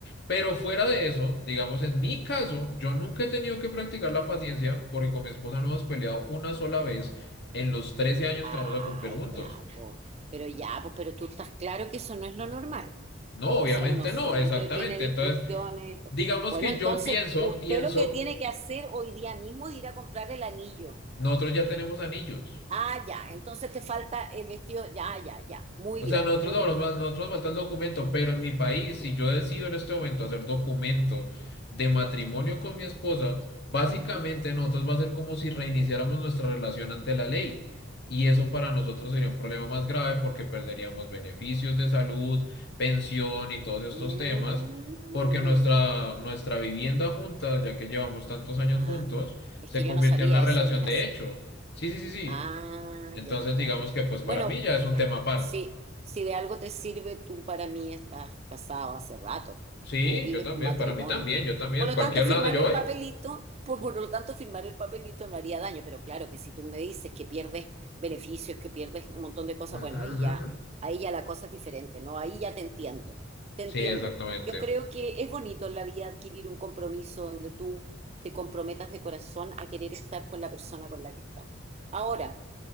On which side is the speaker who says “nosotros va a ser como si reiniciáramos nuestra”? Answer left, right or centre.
Left